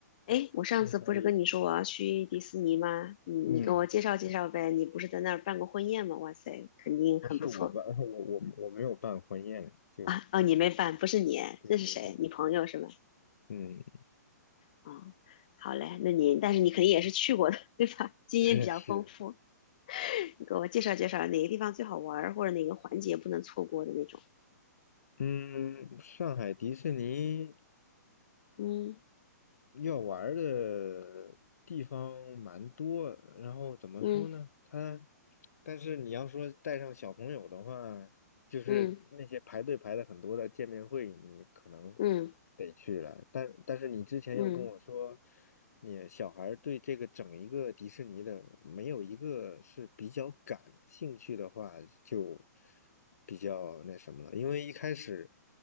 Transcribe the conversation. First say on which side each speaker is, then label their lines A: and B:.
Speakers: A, on the left; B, on the left.
A: 哎，我上次不是跟你说我要去迪士尼吗？
B: 那所
A: 你你给我介绍介绍呗。
B: 嗯，
A: 你不是在那儿办过婚宴吗？哇塞，肯定很不错
B: 不是我办，<laughs> 我我我没有办婚宴，就
A: 啊！哦，你没办，不是你，这是谁？
B: 对对对，
A: 你朋友是吗？
B: 嗯，
A: 哦，好嘞，那你但是你肯定也是去过的，对吧？经验比较丰富，
B: 确实，
A: 你给我介绍介绍哪个地方最好玩儿，或者哪个环节不能错过的那种。
B: 嗯，上海迪士尼
A: 嗯
B: 要玩儿的地方蛮多，然后怎么说呢？
A: 嗯
B: 它，但是你要说带上小朋友的话，就是那些排队排的很多的见面会，
A: 嗯
B: 你可能
A: 嗯
B: 得去了，但但是你之前又跟我说。
A: 嗯
B: 你小孩儿对这个整一个迪士尼的没有一个是比较感兴趣的话，就比较那什么了。因为一开始